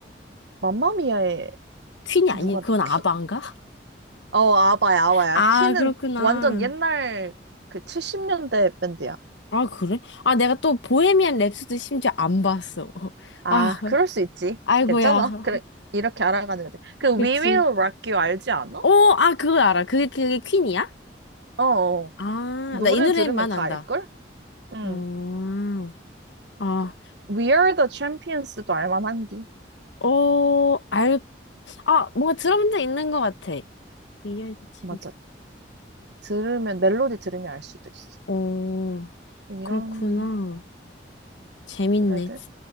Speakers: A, on the right; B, on the left.
A: 맘마미아에
B: 퀸이 아니,
A: 누가
B: 그건 아바인가?
A: 퀸? 어 아바야
B: <laughs>
A: 아바야.
B: 아,
A: 퀸은
B: 그렇구나.
A: 완전 옛날 그 70년대 밴드야.
B: 아, 그래? 아, 내가 또 보헤미안 랩소디 심지어 안 봤어. <laughs>
A: 아
B: 아,
A: 그럴 수 있지.
B: 아이고야.
A: 괜찮아. 그래
B: <laughs>
A: 이렇게 알아가는 거지. 그
B: 그치.
A: We Will Rock You 알지 않아?
B: 오, 아, 그거 알아. 그게, 그게 퀸이야?
A: 어. 어.
B: 아,
A: 노래
B: 나 이 노래만
A: 들으면 다
B: 안다.
A: 알걸? 응.
B: 어, 아,
A: 그, We Are the Champions도 알만한디.
B: 어, 알, 아, 뭔가 들어본 적 있는 것 같아. 미열의 친구.
A: 맞아. 들으면, 멜로디 들으면 알 수도 있어.
B: 오,
A: 이런
B: 그렇구나. 재밌네.
A: 노래들?